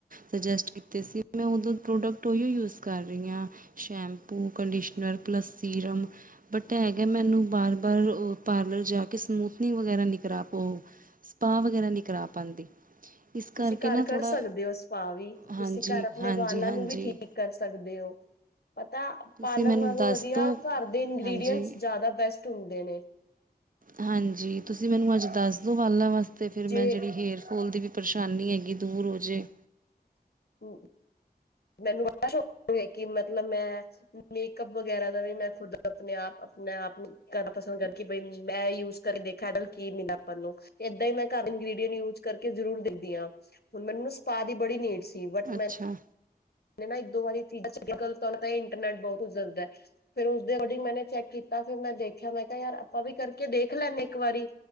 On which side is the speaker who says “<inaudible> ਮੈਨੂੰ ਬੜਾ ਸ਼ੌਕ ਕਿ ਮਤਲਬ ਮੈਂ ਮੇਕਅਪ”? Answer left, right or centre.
Left